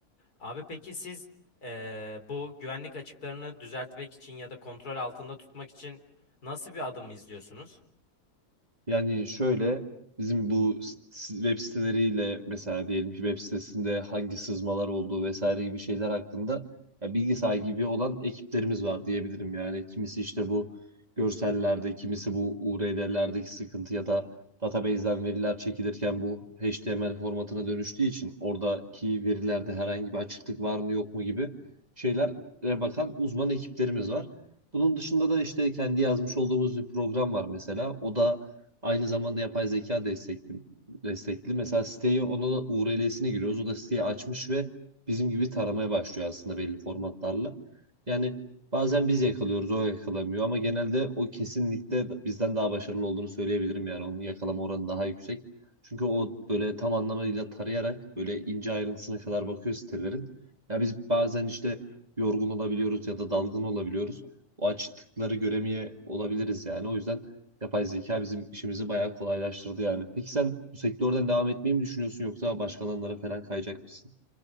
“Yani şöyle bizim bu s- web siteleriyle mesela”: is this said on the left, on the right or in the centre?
Right